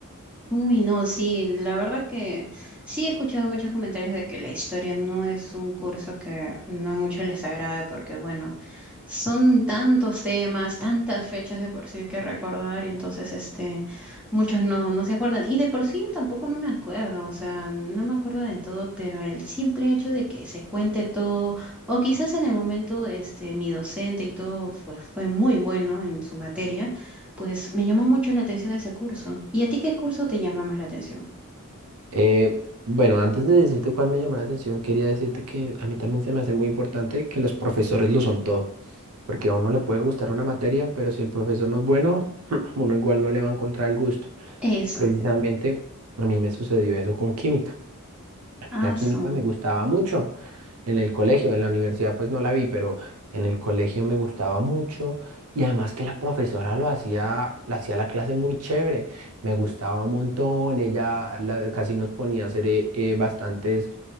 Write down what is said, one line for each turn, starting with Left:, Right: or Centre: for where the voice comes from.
Centre: Uy, no, sí, la verdad que sí he escuchado muchos comentarios de que la historia no es un curso que no mucho les agrade porque, bueno, son tantos temas, tantas fechas de por sí que recordar y entonces, este, muchos no, no se acuerdan. Y de por sí yo tampoco no me acuerdo, o sea, no me acuerdo de todo, pero el simple hecho de que se cuente todo, o quizás en el momento, este, mi docente y todo fue, fue muy bueno en su materia. Pues me llamó mucho la atención ese curso. ¿Y a ti qué curso te llama más la atención?
Right: Eh, bueno, antes de decirte cuál me llamó la atención, quería decirte que a mí también se me hace muy importante que los profesores lo son todo. porque a uno le puede gustar una materia, pero si el profesor no es bueno, <clears throat> <laughs> uno igual no le va a encontrar el gusto.
Centre: Eso.
Right: Precisamente a mí me sucedió eso con química mí
Centre: Ah,
Right: la química
Centre: su.
Right: me gustaba mucho en el colegio, en la universidad pues no la vi, pero en el colegio me gustaba mucho y además que la profesora lo hacía, la hacía la clase muy chévere, me gustaba un montón, ella la- casi nos ponía a hacer eh, eh, bastantes